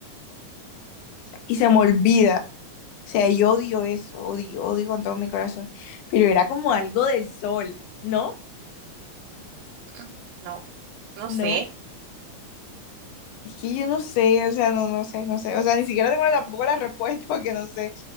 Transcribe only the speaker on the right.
Mm, No, no
sé.